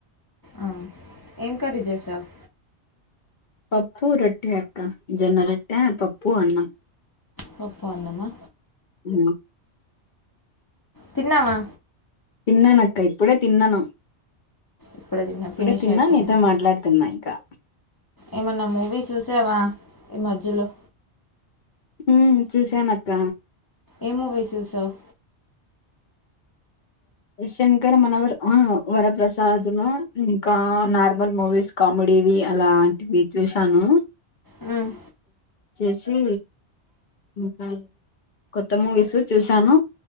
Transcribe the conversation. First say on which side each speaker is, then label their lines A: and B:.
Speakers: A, on the left; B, on the left.
A: ఆ ఏం కర్రీ చేసావ్
B: పప్పు రొట్టె అక్క జోన్న రొట్టే పప్పు అన్నం
A: పప్పు అన్నమా
B: ఊ
A: తిన్నావా
B: తిన్నాను అక్క ఇప్పుడే తిన్నాను
A: ఇప్పుడే తిన్నా
B: ఇప్పుడే
A: ఫినిష్
B: తిన్నా
A: అయిపోయింది
B: నీతో మాట్లాడుతున్నా ఇంకా
A: ఏమన్నా మూవీ చూసావా ఈ మధ్యలో
B: ఊ చూసాను అక్క
A: ఏ మూవీ చూసావ్
B: శంకర్ మనోహర వరప్రసాద్ ను ఇంకా నార్మల్ మూవీస్ కామెడీవి అలాంటివి చూశాను
A: ఉమ్మ్
B: జెస్సి ఇంకా కొత్త మూవీస్ చూశాను